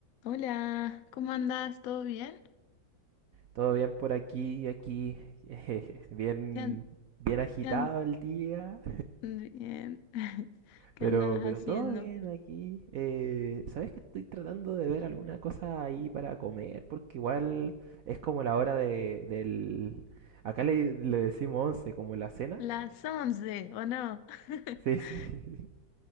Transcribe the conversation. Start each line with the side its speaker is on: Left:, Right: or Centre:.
Left: Hola, ¿cómo andás? ¿Todo bien?
Right: Todo bien por aquí, aquí, <laughs> bien,
Left: ¿Qué, an-
Right: bien agitado
Left: qué an-
Right: el día,
Left: bien. <laughs> ¿Qué
Right: pero,
Left: andabas haciendo?
Right: pero todo bien aquí. Eh, ¿sabes que estoy tratando de ver alguna cosa ahí para comer? Porque igual es como la hora de, del... Acá le, le decimos 11 como la cena.
Left: Las 11 ¿o no? <laughs>
Right: Sí, sí. <laughs>